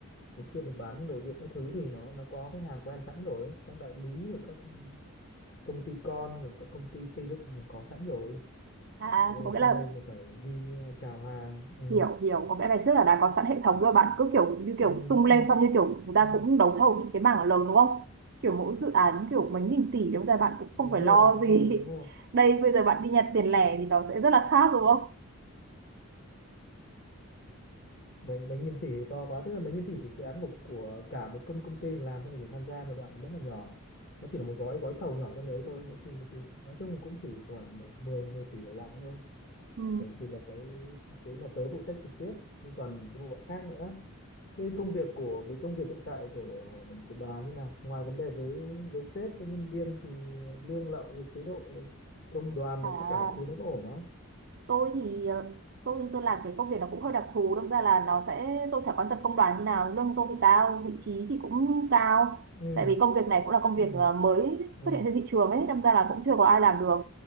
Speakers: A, on the left; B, on the right.
A: ngày xưa mình bán đồ điện các thứ thì nó nó có khách hàng quen sẵn rồi các đại lý rồi các công ty con rồi các công ty xây dựng mình có sẵn rồi
B: à
A: về
B: thì có
A: sang
B: nghĩa là
A: đây là phải đi à, chào hàng ừ,
B: hiểu hiểu có nghĩa ngày trước là đã có sẵn hệ thống rồi bạn cứ kiểu như kiểu
A: ừ,
B: tung lên
A: ừ,
B: xong như kiểu người
A: ừ.
B: ta cũng đấu thầu những cái mảng lớn đúng không kiểu mỗi dự án kiểu mấy nghìn tỷ đúng ra bạn cũng
A: đúng
B: không phải
A: rồi
B: lo
A: đúng
B: gì
A: rồi đúng rồi
B: <laughs> đây bây giờ bạn đi nhặt tiền lẻ thì nó sẽ rất là khác đúng không
A: mấy mấy nghìn tỷ thì to quá tức là mấy nghìn tỷ thì dự án của của cả một công công ty mình làm thôi mình chỉ tham gia một đoạn rất là nhỏ nó chỉ là một gói gói thầu nhỏ trong đấy thôi nó chỉ, nó chỉ nói chung cũng chỉ khoảng 10 10 tỷ đổ lại thôi
B: ừ.
A: đấy thì là cái cái mà tớ phụ trách trực tiếp nhưng còn cái bộ phận khác nữa cái công việc của cái công việc hiện tại của của bà như nào ngoài vấn đề với với sếp với nhân viên thì lương lậu rồi chế độ rồi công đoàn rồi
B: à
A: tất cả mọi thứ nó có ổn không
B: tôi thì ờ, tôi tôi làm cái công việc nó cũng hơi đặc thù đâm ra là nó sẽ tôi sẽ quan tâm công đoàn như nào lương tôi thì cao vị trí thì cũng cao
A: ừ
B: tại vì công việc này cũng là công việc
A: ừ
B: ờ, mới
A: ừ
B: xuất hiện trên thị trường ấy đâm ra là cũng chưa có ai làm được